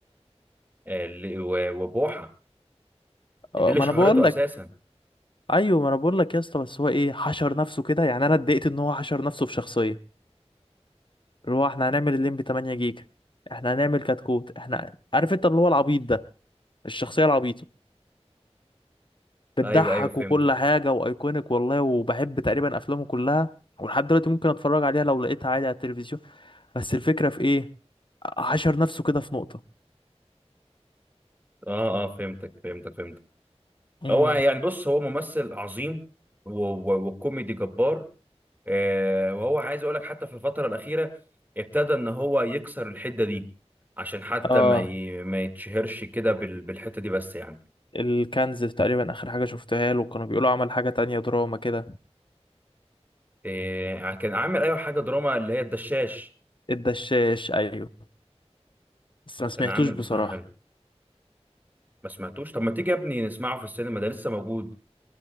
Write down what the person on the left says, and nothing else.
آه،
ما
انا بقول لك
ايوه ما انا بقول لك يا اسطى بس هو ايه حشر نفسه كده يعني انا اتضايقت ان هو حشر نفسه في شخصيه اللي هو احنا هنعمل الليمبي 8 جيجا احنا هنعمل كتكوت احنا عارف انت اللي هو العبيط ده الشخصيه العبيطه بتضحك
وكل حاجة وايكونيك والله وبحب تقريبا افلامه كلها ولحد دلوقتي ممكن اتفرج عليها لو لقيتها عادي على التلفزيون بس الفكرة في ايه حشر نفسه كده في نقطة
امم
اه
الكنز تقريبا اخر حاجة شفتها له كانوا بيقولوا عمل حاجة تانية دراما كده
الدشاش ايوه بس ما سمعتوش
بصراحة